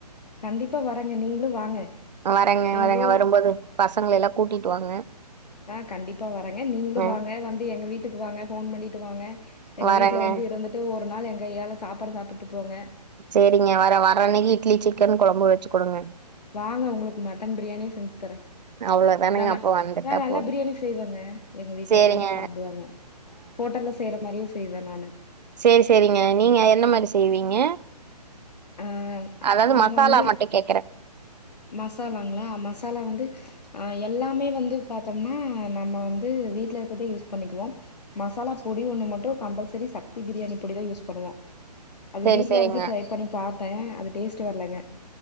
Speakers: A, on the left; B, on the right.
A: கண்டிப்பா வரங்க நீங்களு வாங்க
B: வரேங்க
A: நீங்களும்
B: வரேங்க வரும்போது பசங்கள எல்லா கூட்டிட்டு வாங்க
A: ஆ கண்டிப்பா வரங்க நீங்களும்
B: அ
A: வாங்க வந்து எங்க வீ வீட்டுக்கு வாங்க போன் பண்ணிட்டு வாங்க எங்க
B: வரேங்க
A: வீட்டு்ல வந்து இருந்துட்டு ஓர் ஒரு நாள் எ கையயால சாப்பாடு சாப்பிட்டு போங்க
B: செரிங்க வர வரஅன்னைக்கு இட்லி சிக்கன் குழம்பு வச்சு கொடுங்க
A: வாங்க உங்களுக்கு மட்டன் பிரியாணியே செஞ்சு தரே
B: அவ்ளோதானுங்க
A: நா
B: அப்ப வந்துட்டா
A: நல்லா
B: போது
A: பிரியாணி செய்வாங்க எங்க வீட்டுல
B: சேரிங்க
A: எல்லாரு சாப்பிடுவாங்க ஹோட்டல்ல செய்யற மாரியே செய் வ நானு
B: செரி செரிங்க நீங்க என்ன மாரி செய்வீங்க
A: ஆ
B: அதாவது
A: நாங்க
B: மசாலா
A: வந்து
B: மட்டு கேக்குறே
A: மசாலாங்களா மசாலா வந்து ஆ எல்லாமே வந்து பாத்தோம்னா நம்ம வந்து வீட்டுல இருக்கிறதே யூஸ் பண்ணிக்குவோ மசாலா பொடி ஒண்ணு மட்டும் கம்பல்சரி சக்தி பிரியாணி பொடிதா யூஸ் பண்ணுவோம் அது
B: சேரி
A: வீட்டுல
B: சேரிங்க
A: அரச்சி ட்ரை பண்ணி பாத்தே அது டேஸ்ட் வரலங்க